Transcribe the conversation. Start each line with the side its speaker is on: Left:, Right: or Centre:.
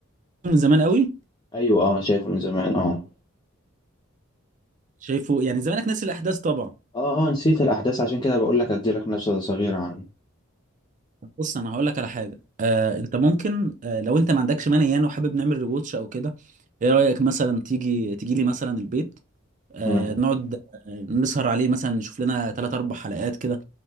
Right: من زمان قوي
Left: أيوه أه شايفه من زمان أه
Right: شايفه يعني زمانك ناسي الاحداث طبعا
Left: أه أه نسيت الأحداث عشان كده بقول لك أديلك نبذة صغيرة عنه
Right: طب بص انا هقول لك على حاجه آه انت ممكن آه لو انت ما عندكش مانع يعني وحابب نعمل ريواتش او كده ايه رايك مثلا تيجي تيجي لي مثلا البيت آه
Left: مم.
Right: نقعد آه، نسهر عليه مثلا نشوف لنا ثلاث اربع حلقات كده